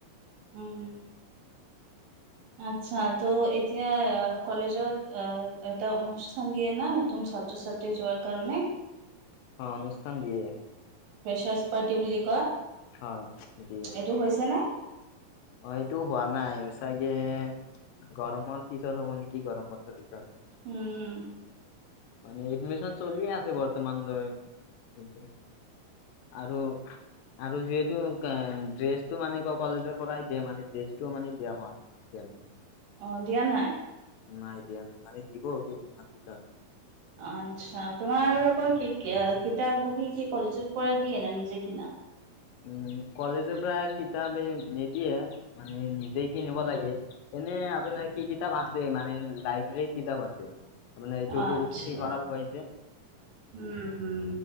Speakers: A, on the right (about 75°); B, on the left (about 80°).
A: উম আচ্ছা ত এতিয়া কলেজত অহ, এটা অনুষ্ঠান দিয়ে না নতুন ছাত্ৰ-ছাত্ৰী যোৱাৰ কাৰণে।
B: অ', অনুষ্ঠান দিয়ে।
A: প্ৰেছছপাৰ্টি বুলি,
B: হয় দ দিয়ে।
A: এইটো হৈছে নে
B: অ' এইটো হোৱা নাই চাগে গৰমৰ পিছত হ'ব নেকি গৰম প পিছ
A: উম
B: মানে এডমিচন চলিয়ে আছে বৰ্তমান ধৰ মান, আৰু আৰু যিহেতু ড্ৰেছটো মানে ক কলেজৰ, পৰাই দিয়ে মানে ডছটোও মানে দিয়া হোৱা নাই তেতিয়া
A: অ' দিয়া নাই
B: ন ন দিয়া নাই মানে দিব কেইদিনমান পিছত
A: আচ্ছা তোমাৰ ৰৰ কি কি কিতাপ বহি কি কলেজত পঢ়া দিয়ে ন নিজে কিনা?
B: উম কলেজৰ পৰা কিতাপ নিদিয়ে মানে নিজে কিনিব লাগে এনে আপোনাৰ কি কিতাপ আছে মানে লাইব্ৰেৰীৰ কিতাপ আছে। তাৰ মমানে এইটো উপুক্তি
A: আচ্ছা
B: সঁৰাল হৈছে
A: উম উম